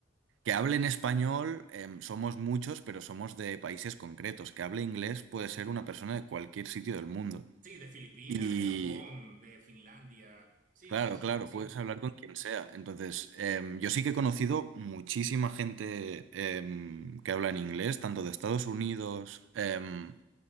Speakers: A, on the right; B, on the right.
A: que hable en español em, somos muchos, pero somos de países concretos. Que hable inglés puede ser una persona de cualquier sitio del mundo.
B: Sí, de Filipinas,
A: Y,
B: de Japón, de Finlandia. Sí,
A: Claro,
B: sí, sí,
A: claro,
B: sí,
A: Sí. puedes hablar con quien sea. Entonces, em, yo sí que he conocido muchísima gente em, que habla en inglés, tanto de Estados Unidos, em,